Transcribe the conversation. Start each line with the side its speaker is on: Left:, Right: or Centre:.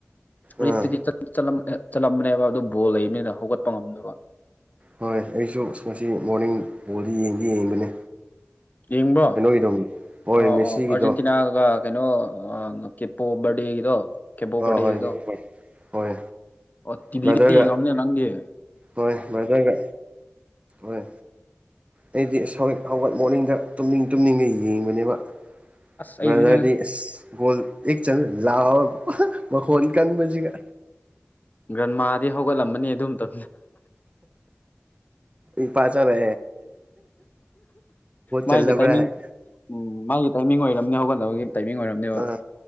Left: ꯑꯌꯨꯛꯇꯗꯤ
Right: ꯑꯥ
Left: ꯆꯠꯂꯝ ꯆꯠꯂꯝꯕꯅꯦꯕ ꯑꯗꯨ ꯕꯣꯜ ꯂꯩꯕꯅꯤꯅ ꯍꯧꯒꯠꯄ ꯉꯝꯗꯕ
Right: ꯍꯣꯏ ꯑꯩꯁꯨ ꯉ ꯃꯣꯔꯅꯤꯡ ꯄꯨꯗꯤ ꯌꯦꯡꯗꯤ ꯌꯦꯡꯕꯅꯦ
Left: ꯌꯦꯡꯕꯣ
Right: ꯀꯩꯅꯣꯒꯤꯗꯣ ꯍꯣꯏ
Left: ꯑꯣ
Right: ꯃꯦꯁꯤꯒꯤꯗꯣ
Left: ꯑꯣ ꯑꯥꯔꯖꯦꯟꯇꯤꯅꯥꯒ ꯀꯩꯅꯣ ꯑ ꯀꯦꯞꯨ ꯍꯕ ꯏꯗꯣ ꯀꯦꯕꯣꯕꯇꯦꯗꯣ
Right: ꯑꯥ ꯍꯣꯏ ꯍꯣꯏ
Left: ꯑꯣ ꯇꯤꯕꯤꯗꯤ
Right: ꯕ꯭ꯔꯗꯔꯒ
Left: ꯌꯦꯡꯉꯕꯅꯦ ꯅꯪꯒꯤ
Right: ꯍꯣꯏ ꯕ꯭ꯔꯗꯔꯒ ꯍꯣꯏ ꯑꯩꯗꯤ ꯑꯁ ꯍꯧꯒꯠ ꯃꯣꯔꯅꯤꯡꯗ ꯇꯨꯝꯅꯤꯡ ꯇꯨꯝꯅꯤꯡꯒ ꯌꯦꯡꯕꯅꯦꯕ
Left: ꯑꯁ
Right: ꯕ꯭ꯔꯗꯔꯗꯤ
Left: ꯑꯩꯁꯨꯅꯦ
Right: ꯑꯁ ꯒꯣꯜ ꯑꯦ ꯆ ꯂꯥꯎꯑꯣ ꯃꯈ ꯐꯣꯟ ꯀꯟꯖꯤꯒ
Left: ꯒ꯭ꯔꯟꯃꯥꯗꯤ ꯍꯧꯒꯠꯂꯝꯕꯅꯤ ꯑꯗꯨꯝꯇ
Right: ꯏ ꯄꯥꯆꯅ
Left: ꯃꯥꯒꯤ
Right: ꯆꯜꯂꯕ꯭ꯔꯥ
Left: ꯇꯥꯏꯃꯤꯡ
Right: ꯍꯥꯏ
Left: ꯎꯝ ꯃꯥꯒꯤ ꯇꯥꯏꯃꯤꯡ ꯑꯣꯏꯔꯝꯅꯤ ꯍꯧꯒꯠꯅꯕꯒꯤ ꯇꯥꯏꯃꯤꯡ ꯑꯣꯏꯔꯝꯅꯦꯕ
Right: ꯑꯥ